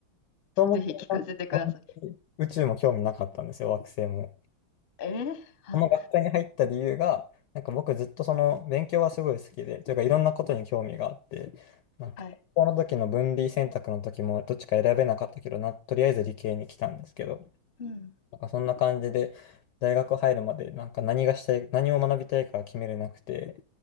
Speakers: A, on the left; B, on the left.
A: そも思
B: ぜひ聞かせてください。
A: もて宇宙も興味なかったんですよ、惑星も。
B: えーは、
A: この学科に入った理由が、なんか僕ずっとその勉強はすごい好きで、というかいろんなことに興味があって、なんか高校の時の分類選択の時もどっちか選べなかったけどな、
B: はい
A: とりあえず理系に来たんですけど、
B: うん。
A: なんかそんな感じで大学入るまでなんか何がしたい、何を学びたいか決めれなくて、